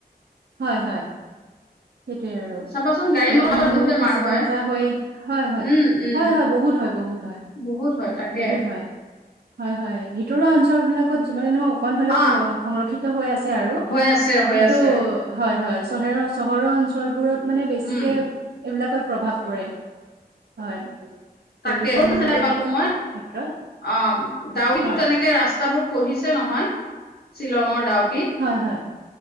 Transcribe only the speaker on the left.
চাবাচোন গাড়ী
মটৰত
বহুত
বেমাৰ
হয়।
উম, উম,
বহুত হয় তাকে
অ',
হৈ আছে, হৈ
আছে।
উম,
তাকে <unintelligible> পালোঁ মই
অহ। ডাউকীটো
তেনেকে ৰাস্তাবোৰ খহিছে নহয় শ্বিলঙৰ ডাউক কি